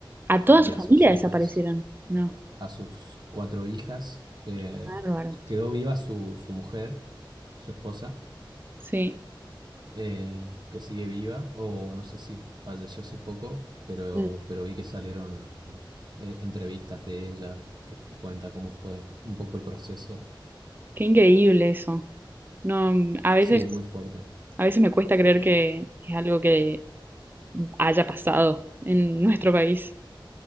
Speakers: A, on the right; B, on the right.
A: A toda
B: y
A: su
B: a
A: familia
B: sus hijas.
A: desaparecieron. No,
B: a sus cuatro hijas. eh,
A: qué bárbaro.
B: quedó viva su, su mujer, su esposa,
A: Sí,
B: eh, que sigue viva, o no sé si falleció hace poco, pero,
A: mm,
B: pero vi que salieron eh, entrevistas de ella que cuenta cómo fue un poco el proceso.
A: qué increíble eso. No, mm, a veces,
B: Sí, muy fuerte.
A: a veces me cuesta creer que es algo que haya pasado en nuestro país,